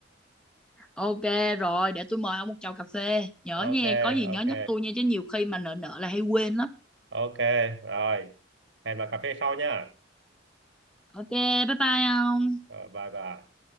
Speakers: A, in the centre; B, on the right.
A: Ok rồi, để tôi mời ông một chầu cà phê. Nhớ
B: ok
A: nha, có gì nhớ
B: ok
A: nhắc tôi nha chứ nhiều khi mà nợ nợ là hay quên lắm.
B: ok rồi hẹn bà cà phê sau nha
A: Ok, bye bye ông.
B: Rồi, bye bye